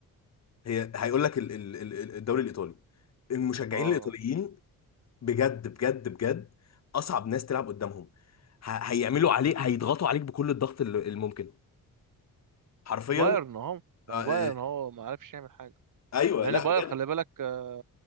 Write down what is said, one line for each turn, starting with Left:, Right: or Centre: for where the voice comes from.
Left: هي هيقول لك ال- ال- ال- الدوري الايطالي المشجعين
Right: اه آه.
Left: الايطاليين بجد بجد بجد اصعب ناس تلعب قدامهم ه- هيعملوا عليك هيضغطوا عليك بكل الضغط ال- الممكن حرفيا
Right: بايرن اهو ما
Left: آه
Right: هو
Left: آه،
Right: بايرن هو ما عرفش يعمل حاجه
Left: ايوه
Right: لان
Left: لا
Right: بايرن
Left: بجد
Right: خلي بالك آه،